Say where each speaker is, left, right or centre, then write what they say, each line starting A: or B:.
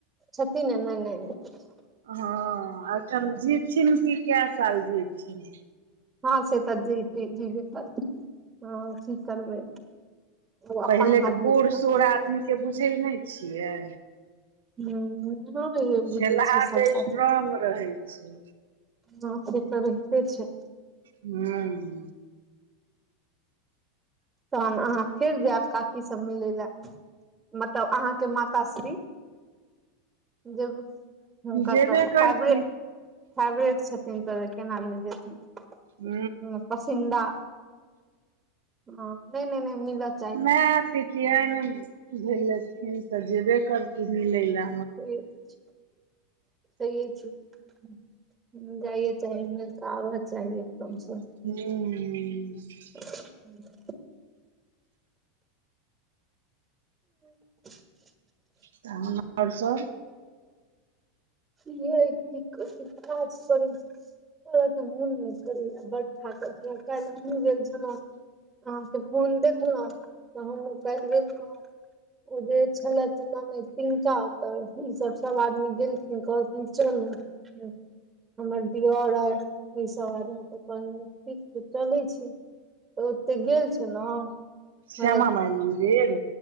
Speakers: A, on the right; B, on the right.
A: छथिने नहि नहि नहि।
B: ह एखन जीबथिन कि कए साल जीबथिन।
A: ह से त जीथिन <unintelligible> ह कि करबै ओ
B: पहिले
A: अपन
B: के
A: हाथमे
B: बूढ़
A: <unintelligible>
B: सूढ़ आदमी के बुझै नहि छियै।
A: ह ह बझे
B: खेलहा
A: छिय सब
B: देह
A: बात।
B: स्ट्रोंग रहै छै
A: ह से तऽ रहिते छैय।
B: हूं
A: तहन अहाँ फेर जायब काकी सब मिलै लए। मतलब अहाँके माता श्री। जेबै हूंकर
B: जेबे
A: तऽ
B: करती
A: फेबरेट फेवरेट छथिन तऽ केना नहि जेथिन
B: ह
A: पसंदीदा ह नहि नहि नहि मिलत
B: मै पीतीयैन भैलखिन त जेबै कर्थिन मिलैल।
A: <unintelligible> जाये चहे <unintelligible> <unintelligible> चाही <unintelligible>
B: हूं
A: <inaudible> <inaudible>
B: तऽन आओर सब?
A: की यै की <unintelligible> ओ मोन नहि करैए बड <unintelligible> अहाँके फोन देखलहु तऽ हम ओ कल गेल ओ जे छलै एना नहि तिनकात ई सब सब आदमी गेलखिन कहलखिन चलू। हमर दियौर आ ई सब आदमी तऽ कहल ठीक छैय चलै छी। तऽ ओते गेल छलौ <unintelligible>
B: श्यामा माइ मन्दिर